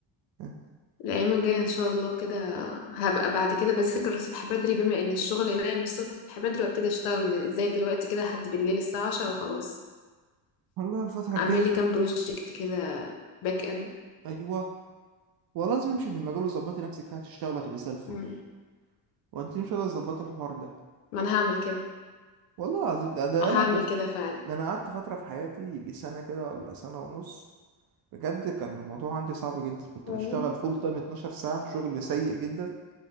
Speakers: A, on the right (about 50°); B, on the left (about 80°).
A: آه.
B: الايام الجاية ان شاء الله كده هبقى بعد كده بذاكر الصبح بدري بما ان الشغل نايم الصبح بدري وابتدي اشتغل من زي دلوقتي كده لحد بالليل الساعة 10 وخلاص
A: والله الفترة الجاية
B: اعمل لي كام بروجكت كده باك اند
A: ايوه والله لازم امشي في المجال وظبطي نفسك فيها هتشتغلي هتبقي زي الفل
B: مم.
A: وانت مش قادرة تظبطي الحوار ده
B: ما انا هعمل كده
A: والله العظيم ده, ده
B: اه هعمل
A: انا كنت
B: كده فعلا
A: ده انا قعدت فترة في حياتي يجي سنة كده ولا سنة ونص بجد كان الموضوع عندي صعب جدا كنت
B: مم.
A: بشتغل فول تايم 12 ساعة شغل سيء جدا